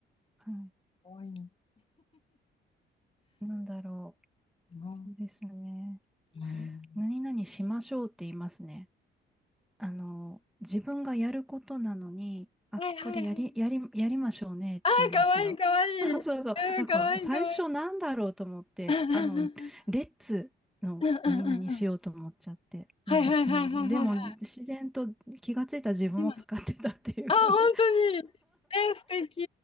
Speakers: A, in the centre; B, on the left.
A: は
B: 可愛いのか
A: い。なんだろう。
B: な。
A: そうですね。
B: うん。
A: 何々しましょうって言いますね。あの、自分がやることなのに、あ、
B: はいはいはい。
A: これやり、やり、やりましょうねって言うんですよ。
B: ああ、可愛い可愛い。
A: <laughs> そうそう。
B: う
A: だから最初なんだろうと思って、
B: ん、可愛い可愛い。<laughs>
A: あの、レッツの何々しようと思っちゃって。
B: うんうんうんうんうんうんうんはいはいはいはいはいはい。
A: でも、うん、でも自然と気がついた自分を使ってたっていう。
B: 今あ、本当に。
A: <laughs>
B: え、素敵。